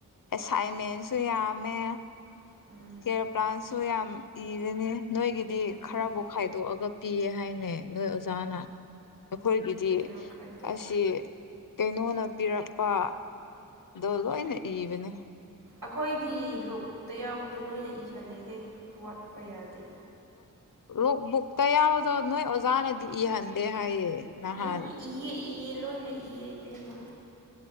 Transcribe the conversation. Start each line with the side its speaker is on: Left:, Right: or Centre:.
Left: ꯑꯦꯁꯥꯏꯟꯃꯦꯟꯁꯨ ꯌꯥꯝꯃꯦ
Right: ꯎꯝ
Left: ꯀꯦꯌꯔ ꯄ꯭ꯂꯥꯟꯁꯨ ꯌꯥꯝ ꯏꯔꯦꯅꯦ ꯅꯣꯏꯒꯤꯗꯤ
Right: ꯑꯗꯨꯅꯤ
Left: ꯈꯔꯕꯨ ꯈꯥꯏ ꯈꯥꯏꯗꯣꯛꯑꯒ ꯄꯤꯌꯦ ꯍꯥꯏꯅꯦ ꯅꯣꯏ ꯑꯣꯖꯥꯅ ꯑꯈꯣꯏꯒꯤꯗꯤ
Right: ꯀꯔꯤꯔꯣ ꯈꯥꯏꯗꯣꯛ
Left: ꯑꯁꯤ ꯀꯩꯅꯣꯅ ꯄꯤꯔꯛꯄ ꯗꯣ ꯂꯣꯏꯅ ꯏꯕꯅꯦ
Right: ꯑꯈꯣꯏꯗꯤ ꯅꯣꯠꯕꯨꯛꯇ ꯌꯥꯎꯕꯗꯣ ꯂꯣꯏꯅ ꯏꯍꯜꯂꯦꯍꯦ ꯋꯥꯠꯄ ꯌꯥꯗꯦ
Left: ꯅꯣꯠꯕꯨꯛꯇ ꯌꯥꯎꯕꯗꯣ ꯅꯣꯏ ꯑꯣꯖꯥꯅꯗꯤ ꯏꯍꯟꯗꯦ ꯍꯥꯏꯌꯦ ꯅꯍꯥꯟ
Right: ꯎꯝ ꯏꯌꯦ ꯏꯌꯦ ꯂꯣꯏꯅ ꯏꯌꯦ ꯏꯕꯦꯃꯥ